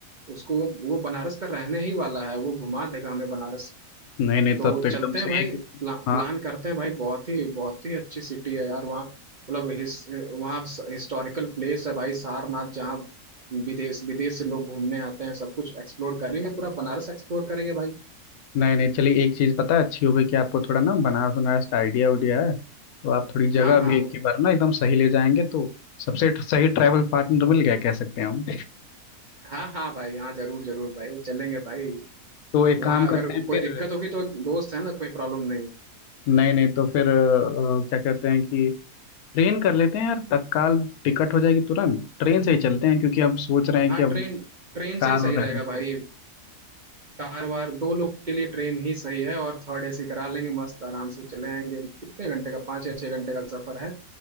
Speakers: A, on the right; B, on the left.
A: उसको वो, वो बनारस का रहने ही वाला है वो घुमा देगा हमें बनारस
B: नहीं नहीं
A: तो
B: तब तो एकदम
A: चलते
B: सही
A: हैं भाई
B: है क्योंकि
A: प्ला, प्लान
B: हाँ
A: करते हैं भाई बहुत ही बहुत ही अच्छी सिटी है यार वहाँ मतलब हिस, वहाँ हिस्टोरिकल प्लेस है भाई सारनाथ जहाँ विदेश विदेश से लोग घूमने आते हैं सब कुछ एक्सप्लोर करेंगे पूरा बनारस एक्सप्लोर करेंगे भाई
B: नहीं नहीं चलिए एक चीज़ पता है अच्छी हो गई कि आपको थोड़ा ना बनारस बनारस का आइडिया उडिया है तो आप थोड़ी जगह
A: हाँ हाँ
B: भी एक ही बार ना एकदम सही ले जाएंगे तो सबसे सही ट्रैवल पार्टनर मिल गया कह सकते हैं हम
A: हाँ हाँ भाई हाँ जरूर जरूर भाई चलेंगे भाई
B: तो एक
A: वहाँ
B: काम करते
A: अगर
B: हैं
A: कोई
B: फिर
A: दिक्कत होगी तो दोस्त है ना कोई प्रॉब्लम नहीं
B: नहीं नहीं तो फिर अ, क्या कहते हैं कि ट्रेन कर लेते हैं यार तत्काल टिकट हो जाएगी तुरंत ट्रेन से ही चलते हैं क्योंकि अब सोच रहे हैं
A: हाँ
B: कि अब
A: ट्रेन ट्रेन से
B: कार
A: ही सही
B: और
A: रहेगा
B: रहने के
A: भाई कार वार दो लोग के लिए ट्रेन ही सही है और थर्ड एसी करा लेंगे मस्त आराम से चले आएंगे कितने घंटे का पाँच या छह घंटे का सफर है